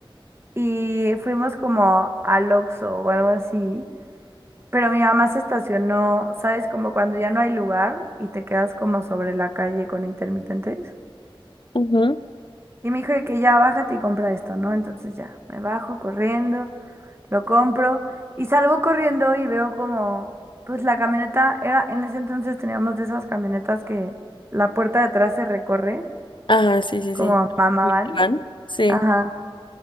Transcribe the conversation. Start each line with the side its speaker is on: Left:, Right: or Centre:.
Right: Y fuimos como al Oxxo o algo así, pero mi mamá se estacionó, ¿sabes? Como cuando ya no hay lugar y te quedas como sobre la calle con intermitentes.
Left: Ujú.
Right: Y me dijo de que ya bájate y compra esto, ¿no? Entonces ya, me bajo corriendo. lo compro y salgo corriendo y veo como, pues la camioneta era, en ese entonces teníamos de esas camionetas que la puerta de atrás se recorre,
Left: Ajá, sí, sí,
Right: como
Left: sí.
Right: mamá
Left: ¿Milán?
Right: van.
Left: Sí.
Right: Ajá.